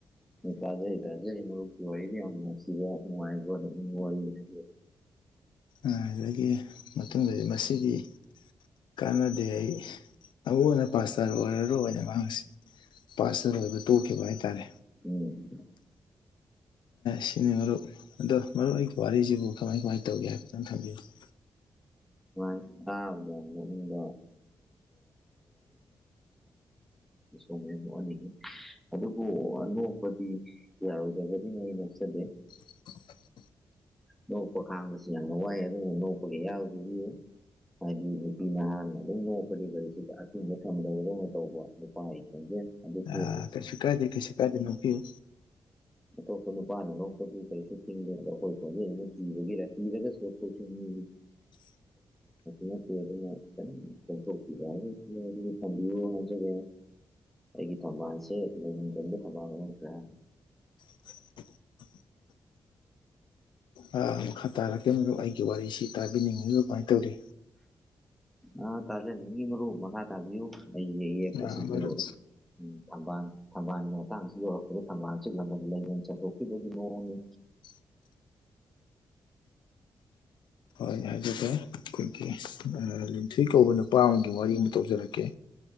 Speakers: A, in the centre; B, on the left.
A: ꯇꯥꯖꯩ ꯇꯖꯩ ꯃꯨꯞ ꯌꯥꯝꯁꯤꯕꯅꯨꯡꯉꯥꯏꯅꯨꯡꯉ
B: ꯑꯗꯨꯗꯒꯤ ꯃꯇꯨꯡꯗꯗꯤ ꯃꯁꯤꯗꯤ ꯀꯥꯟꯅꯗꯦ ꯑꯩ ꯑꯃꯨꯛ ꯍꯟꯅ ꯄꯥꯁꯇꯔ ꯑꯣꯏꯔꯔꯣꯏꯅ ꯃꯥꯡꯁꯤ ꯄꯥꯔꯁꯜ ꯑꯣꯏꯕ ꯇꯣꯛꯈꯤꯕ ꯍꯥꯏꯇꯥꯔꯦ
A: ꯎꯝ
B: ꯁꯤꯅꯤ ꯃꯔꯨꯞ ꯑꯗꯣ ꯃꯔꯨꯞ ꯑꯩꯒꯤ ꯋꯥꯔꯤꯁꯤꯕꯨ ꯀꯃꯥꯏ ꯀꯃꯥꯏꯅ ꯇꯧꯒꯦ ꯍꯥꯏꯐꯦꯠꯇꯪ ꯊꯝꯕꯤꯌꯨ <unintelligible> <inaudible>
A: ꯑꯥꯎꯗꯗ ꯎ <unintelligible> <inaudible> ꯃꯦ <unintelligible> <inaudible> ꯑꯗꯨꯕꯨ ꯑꯅꯣꯛꯄꯗꯤ ꯌꯥꯔꯣꯏꯗꯕꯅꯤꯅ ꯑꯩ ꯅꯣꯛꯆꯗꯦ
B: <unintelligible> <inaudible>
A: ꯅꯣꯛꯄ ꯈꯥꯡꯕꯁꯤ ꯌꯥꯝꯅ ꯋꯥꯏ ꯑꯗꯨꯅ ꯅꯣꯛꯄꯒꯤ ꯑꯌꯥꯕ ꯄꯤꯕꯤꯌꯨ ꯍꯥꯏꯗꯤ ꯅꯨꯄꯤ ꯅꯍꯥꯟꯅ ꯑꯗꯨꯝ ꯅꯣꯛꯄꯗꯤ ꯒꯥꯔꯤꯁꯤ ꯑꯊꯤꯡꯕ ꯊꯝꯗꯕꯗꯧꯅ ꯇꯧꯕ ꯅꯨꯄꯥ ꯇꯒꯦ ꯑꯗꯨ <unintelligible> <inaudible>
B: ꯑ ꯀꯩꯁꯨ ꯀꯥꯏꯗꯦ ꯀꯩꯁꯨ ꯀꯥꯏꯗꯦ ꯅꯄꯤꯌꯣ
A: ꯑꯇꯣꯞꯄ ꯅꯨꯄꯥꯅ ꯅꯣꯛꯄꯕꯨ ꯀꯩꯁꯨ ꯊꯤꯡꯗꯦ ꯑꯗꯣ ꯑꯩꯈꯣꯏ ꯈꯣꯟꯖꯩꯁꯤꯅ ꯀꯤꯕꯒꯤꯔ ꯀꯤꯔꯒꯁꯨ ꯑꯩꯣꯏꯠꯁꯨ ꯅꯤ
B: <unintelligible> <inaudible>
A: ꯅꯠꯇꯦ ꯑꯗꯨꯅ ꯈꯤꯇꯪ ꯀꯊꯣꯛꯄꯤꯕ ꯍꯥꯏ ꯑꯗꯨꯗꯤ ꯊꯝꯕꯤꯌꯣ ꯍꯥꯏꯖꯔꯦ ꯑꯩꯒꯤ ꯊꯧꯕꯥꯜꯁꯦ ꯂꯩꯐꯝ ꯆꯕ ꯊꯧꯕꯥꯜ ꯑꯣꯈ꯭ꯔꯥ
B: <unintelligible> <inaudible> ꯑ ꯃꯈꯥ ꯇꯥꯔꯛꯀꯦ ꯃ ꯑꯩꯒꯤ ꯋꯥꯔꯤꯁꯤ ꯇꯥꯕꯤꯅꯤꯡꯉꯤꯕ ꯀꯃꯥꯏꯅ ꯇꯧꯔꯤ
A: ꯑꯥ ꯇꯥꯖꯥ ꯅ ꯃꯔꯔ ꯃꯈꯥ ꯇꯥꯕꯤꯌꯨ ꯑꯩ ꯌꯦꯛꯄꯁꯤꯁꯨ
B: ꯑ ꯃꯔꯨꯞ
A: ꯊꯝꯕꯥꯜ ꯊꯝꯕꯥꯜꯒꯤ ꯃꯇꯥꯡꯁꯤ ꯌꯧꯔꯛꯄꯗ ꯊꯝꯕꯥꯜꯁꯤ ꯂꯃꯟ ꯂꯩꯃꯟ ꯆꯟꯊꯣꯛꯄꯤꯕꯒꯤ ꯃꯑꯣꯡꯅꯤ
B: <unintelligible> <inaudible> ꯑꯩ ꯍꯥꯏꯖꯒꯦ ꯑꯩꯈꯣꯏꯒꯤ ꯂꯤꯟꯊꯣꯏ ꯀꯧꯕ ꯅꯨꯄꯥ ꯑꯃꯒꯤ ꯋꯥꯔꯤ ꯑꯃ ꯇꯧꯖꯔꯛꯀꯦ